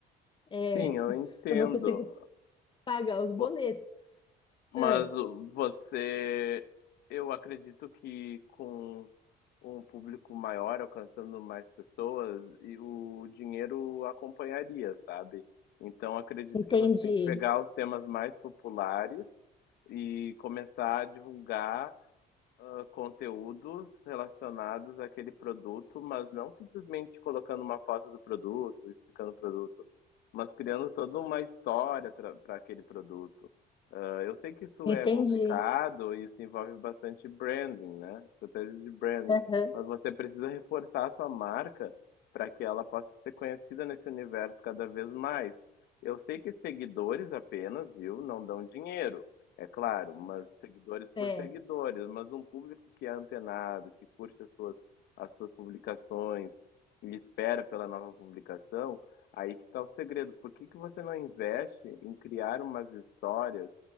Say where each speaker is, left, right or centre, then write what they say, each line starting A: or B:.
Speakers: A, on the left; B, on the left.
A: é,
B: Sim, eu entendo.
A: eu não consigo pagar os boletos.
B: Vo- Mas
A: Ah,
B: o- você, eu acredito que com um público maior, alcançando mais pessoas, e o dinheiro acompanharia, sabe? Então acredito
A: entendi,
B: que você tem que pegar os temas mais populares e começar a divulgar ah, conteúdos relacionados àquele produto, mas não simplesmente colocando uma foto do produto, explicando o produto, mas criando toda uma história para aquele produto. Ah, eu sei que isso
A: entendi.
B: é complicado e isso envolve bastante branding, né? Estratégia de branding.
A: Aham,
B: Mas você precisa reforçar a sua marca para que ela possa ser conhecida nesse universo cada vez mais. Eu sei que seguidores apenas, viu, não dão dinheiro. É claro, mas seguidores por
A: É,
B: seguidores,
A: é,
B: mas um público que é antenado, que curte as suas, as suas publicações e espera pela nova publicação, aí que está o segredo. Por que que você não investe em criar umas histórias?